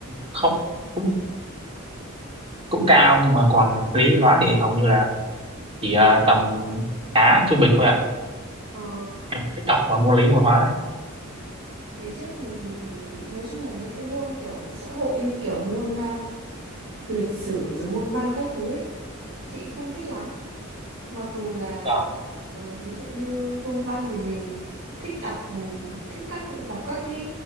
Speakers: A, on the right; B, on the right.
A: không cũng cũng cao nhưng mà còn lý hóa thì hầu như là chỉ ờ, tầm khá trung bình thôi ạ
B: ờ,
A: em không thích học mà môn lý môn hóa
B: ngày trước thì nói chung là những cái môn kiểu xã hội như kiểu môn ờ, lịch sử rồi môn văn các thứ ấy chị không thích lắm mặc dù là
A: vâng
B: ờ, ví dụ như môn văn thì mình thích đọc thích các đọc các cái